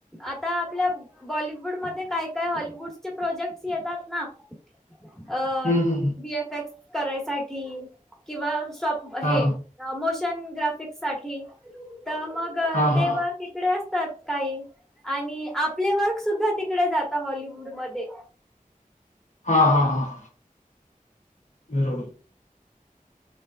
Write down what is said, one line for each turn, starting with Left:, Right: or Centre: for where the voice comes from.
Centre: आता आपल्या बॉलिवूडमध्ये काय काय हॉलिवूडचे प्रोजेक्ट्स येतात ना अ
Left: हम्म हम्म
Centre: बीएफ एक्स करायसाठी किंवा शॉप हे
Left: हम्म.
Centre: मोशन ग्राफिक्स साठी तर मग
Left: हा हा
Centre: तेवहा
Left: हा
Centre: तिकडे असतात काही आणि आपले वर्क सुद्धा तिकडे जातात हॉलिवूड मध्ये
Left: हा हा हा बरोबर